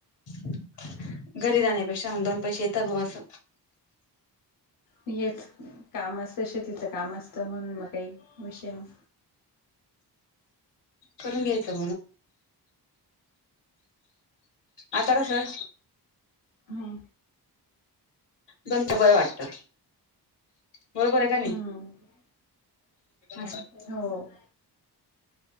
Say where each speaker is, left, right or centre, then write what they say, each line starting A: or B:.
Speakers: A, on the left (about 80°); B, on the left (about 55°).
A: घरी राहण्यापेक्षा, मंग दोन पैसे येता बुवा अस.
B: हेच काम असत शेतीच काम असत म्हणून मग काही विषय नाही.
A: करून घ्यायचं <inaudible> आता कसं
B: हा
A: अजून ते बरं वाटतं. बरोबर आहे का नाही,
B: हम्म
A: अस.
B: हो